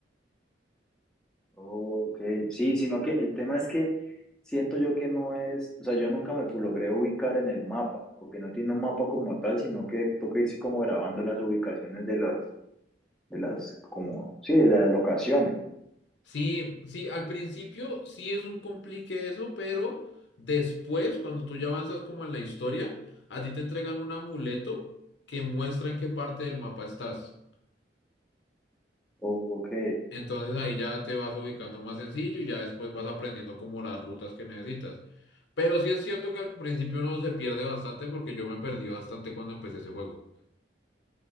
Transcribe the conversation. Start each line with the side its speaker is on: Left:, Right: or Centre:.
Centre: oh, ok, sí, sino que el tema es que siento yo que no es, o sea, yo nunca me pu- logré ubicar en el mapa, porque no tiene un mapa como tal, sino que toca irse como grabando las ubicaciones de los de las, como, sí, de las locaciones.
Left: Sí, sí, al principio sí es un complique eso, pero después, cuando tú ya avanzas como en la historia, a ti te entregan un amuleto que muestra en qué parte del mapa estás.
Centre: O- Ok,
Left: Entonces ahí ya te vas ubicando más sencillo y ya después vas aprendiendo como las rutas que necesitas. Pero sí es cierto que al principio uno se pierde bastante porque yo me perdí bastante cuando empecé ese juego.